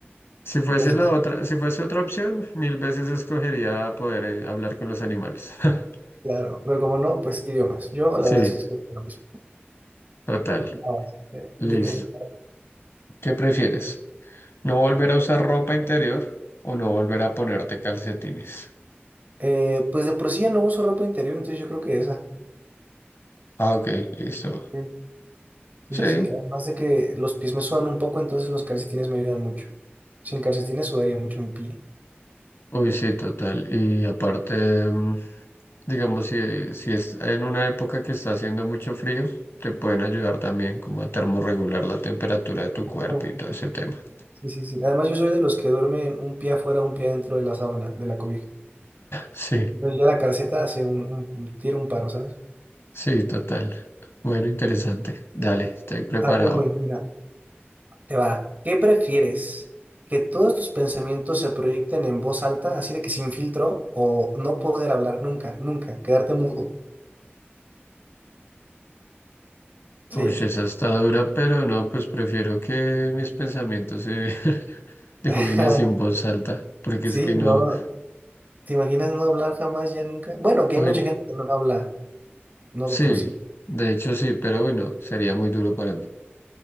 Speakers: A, on the left; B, on the right.
A: Si fuese
B: Entonces,
A: la otra, si fuese otra opción, mil veces escogería poder eh, hablar con los animales. <laughs>
B: Claro, pero como no, pues idiomas. Yo
A: Sí,
B: la verdad es que escogería lo mismo.
A: total.
B: Vamos, eh,
A: Listo.
B: dime, dime.
A: ¿Qué prefieres? ¿No volver a usar ropa interior o no volver a ponerte calcetines?
B: Eh, pues de por sí ya no uso ropa interior, entonces yo creo que esa.
A: Ah, ok, listo.
B: Sí, sí,
A: Sí.
B: sí. sí. Además de que los pies me sudan un poco, entonces los calcetines me ayudan mucho. Sin calcetines sudaría mucho mi pie.
A: Uy, sí, total. Y aparte, mm, digamos, si, si es en una época que está haciendo mucho frío, te pueden ayudar también como a termorregular la temperatura de tu cuerpo
B: Ujú.
A: y todo ese tema.
B: Sí, sí, sí. Además yo soy de los que duermen un pie afuera, un pie dentro de la sábana, de la cobija.
A: <laughs> Sí.
B: Entonces ya la calceta hace un, un, un- tira un paro, ¿sabes?
A: Sí, total. Bueno, interesante. Dale, estoy preparado.
B: A ver, voy, mira. Te va. ¿Qué prefieres? ¿Que todos tus pensamientos se proyecten en voz alta, así de que sin filtro, o no poder hablar nunca, nunca, quedarte mudo? ¿Sí?
A: Uy, esa está dura, pero no, pues prefiero que mis pensamientos se <laughs> dejen
B: <laughs>
A: así en voz alta, porque
B: Sí,
A: es que no.
B: no. ¿Te imaginas no hablar jamás, ya nunca? Bueno, que
A: Bueno,
B: hay mucha gente que no habla, no
A: sí,
B: de por sí.
A: de hecho sí, pero bueno, sería muy duro para mí.